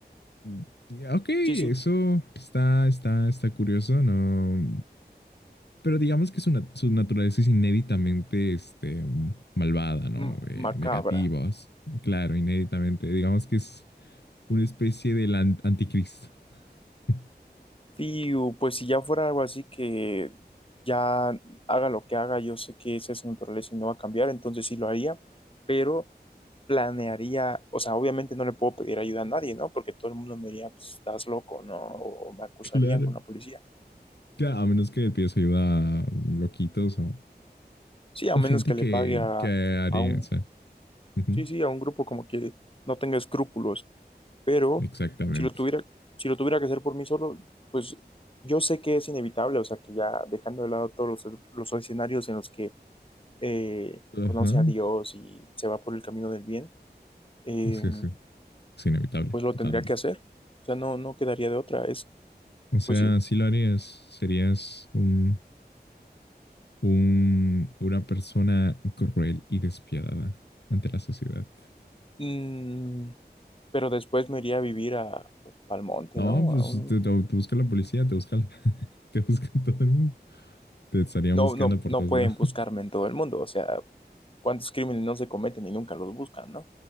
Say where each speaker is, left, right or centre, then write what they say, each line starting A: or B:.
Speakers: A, on the left; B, on the left.
A: Mm, Ok, eso
B: sí, sí,
A: está, está, está curioso, ¿no? Pero digamos que su, nat- su naturaleza es inéditamente este, malvada, ¿no?
B: m-
A: Eh,
B: macabra.
A: negativas. Claro, inéditamente. Digamos que es una especie del an- anticristo. <laughs>
B: Y u, pues si ya fuera algo así que ya haga lo que haga, yo sé que esa es su naturaleza y no va a cambiar, entonces sí lo haría, pero planearía, o sea, obviamente no le puedo pedir ayuda a nadie, ¿no? Porque todo el mundo me diría, pues, estás loco, ¿no? O, o me acusarían
A: claro.
B: con la policía.
A: Claro, a menos que pides ayuda a loquitos o
B: Sí, a
A: O
B: menos
A: gente
B: que le
A: que,
B: pague a,
A: que haría,
B: a un
A: o sea, ujú,
B: Sí, sí, a un grupo como que no tenga escrúpulos, pero
A: exactamente.
B: si lo tuviera, si lo tuviera que hacer por mí solo, pues yo sé que es inevitable, o sea, que ya dejando de lado todos los, los escenarios en los que eh,
A: Ajá.
B: conoce a Dios y se va por el camino del bien, eh,
A: Sí, sí. Es inevitable,
B: pues lo
A: totalmente.
B: tendría que hacer, o sea, no, no quedaría de otra, es,
A: O sea,
B: pues sí,
A: si lo harías, serías un, un, una persona cruel y despiadada ante la sociedad.
B: Mm, pero después me iría a vivir a, pues, pa'l monte,
A: No,
B: ¿no?
A: pues
B: A un-
A: te, te- te busca la policía, te busca, la- <laughs> te busca todo el mundo. Te estarían
B: no,
A: buscando
B: no,
A: por
B: no
A: todos
B: pueden
A: lados.
B: buscarme
A: <laughs>
B: en todo el mundo, o sea, cuántos crímenes no se cometen y nunca los buscan, ¿no?